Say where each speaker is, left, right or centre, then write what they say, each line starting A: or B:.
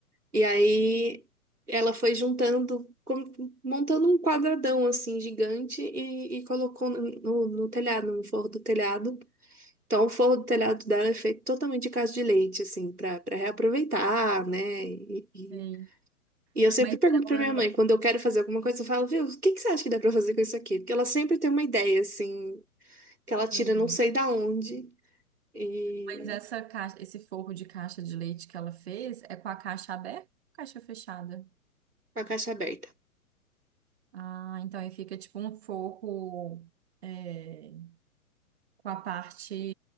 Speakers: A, on the right; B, on the right.
A: E aí ela foi juntando, como- montando um quadradão assim gigante e, e colocou no, no telhado, no forro do telhado. Então, o forro do telhado dela é feito totalmente de casa de leite, assim, para para reaproveitar, né? E, e-
B: Sei.
A: e eu sempre
B: Mas
A: pergunto para
B: ela.
A: minha mãe, quando eu quero fazer alguma coisa, eu falo, viu, o que que você acha que dá para fazer com isso aqui? Porque ela sempre tem uma ideia, assim, que ela
B: Que
A: tira
B: legal.
A: não sei da onde e
B: Mas essa caixa, esse forro de caixa de leite que ela fez é com a caixa aberta ou caixa fechada?
A: com a caixa aberta.
B: Ah, então aí fica tipo um forro é, com a parte